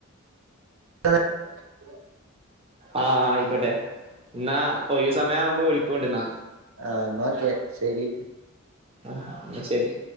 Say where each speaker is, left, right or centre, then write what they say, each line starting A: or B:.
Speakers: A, on the right; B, on the right.
A: <unintelligible>
B: ആഹ് അയിക്കോട്ടെ ഇന്നാ ഒഴിവ് സമയാവുമ്പോ വിളിക്കോണ്ട്ന്നാ
A: ആഹ് ഇന്നാ ഒക്കെ ശരി
B: ആഹ് ഇന്നാ ശരി